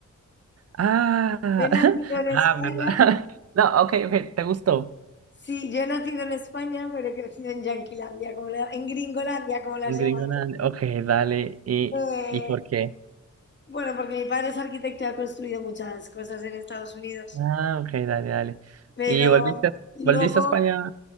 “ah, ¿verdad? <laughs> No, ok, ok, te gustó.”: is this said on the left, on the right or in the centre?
Right